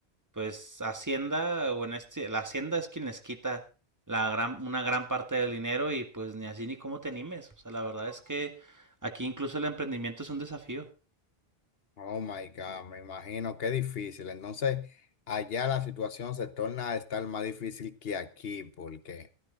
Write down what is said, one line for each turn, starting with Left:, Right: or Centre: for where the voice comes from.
Right: pues Hacienda, o en este, la Hacienda es quien les quita la gran, una gran parte del dinero y pues ni así ni cómo te animes. O sea, la verdad es que aquí incluso el emprendimiento es un desafío.
Left: Oh my God, me imagino qué difícil. Entonces, allá la situación se torna a estar más difícil que aquí, porque